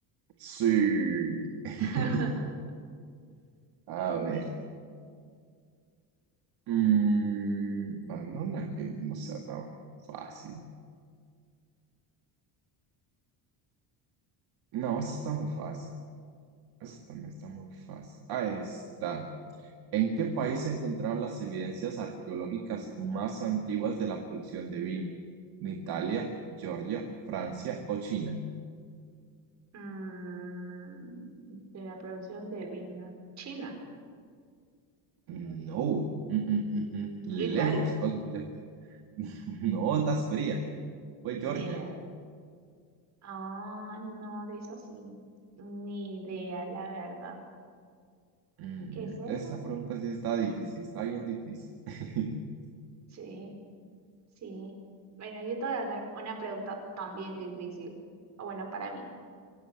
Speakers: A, on the right; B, on the right.
A: Sí. <laughs>
B: <laughs>
A: A
B: Bueno,
A: ver. Mm, ah, no, una que no sea tan fácil. No, esta está muy fácil. Esta también está muy fácil. Ahí está. ¿En qué país se encontraron las evidencias arqueológicas más antiguas de la producción de vino? ¿En Italia, Georgia, Francia o China?
B: mm, de la producción de vino. China,
A: No, Mm, mm, mm, mm.
B: Italia,
A: Lejos, vas muy lejos. <laughs> No, estás fría. Fue
B: ni
A: Georgia.
B: idea. Ah, no, de eso sí, ni idea, la verdad.
A: Mm,
B: ¿Qué es eso?
A: esa pregunta sí está difícil, está bien difícil. <laughs>
B: Sí, sí. Bueno, yo te voy a hacer una pregunta también difícil, o bueno, para mí.